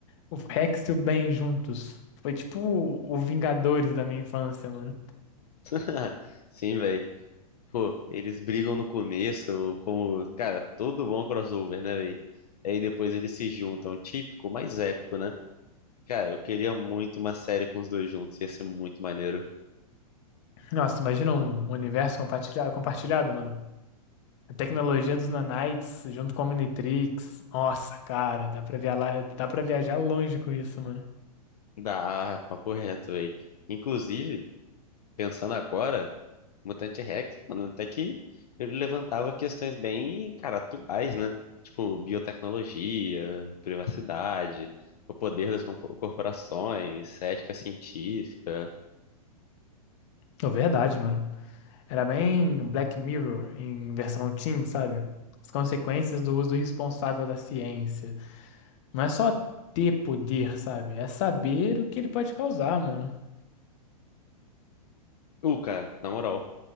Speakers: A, on the left; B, on the left.
A: O Rex e o Ben juntos. Foi tipo o Vingadores da minha infância, mano.
B: <laughs> Sim, velho. Pô, eles brigam no começo, como, cara, todo bom crossover, né, velho? Aí depois eles se juntam, típico, mas épico, né? Cara, eu queria muito uma série com os dois juntos, ia ser muito maneiro.
A: Nossa, imagina um universo compartilhado, compartilhado, mano. A tecnologia dos nanites junto com a Omnitrix. Nossa, cara, dá pra via- lá- dá pra viajar longe com isso, mano.
B: Dá, papo reto, velho. Inclusive, pensando agora. Mutante Rex, mano, até que ele levantava questões bem, cara, atuais, né? Tipo, biotecnologia, privacidade, o poder das compo- corporações, ética científica.
A: É verdade, mano. Era bem Black Mirror em versão teen, sabe? As consequências do uso irresponsável da ciência. Não é só ter poder, sabe? É saber o que ele pode causar, mano.
B: Uh, cara, na moral.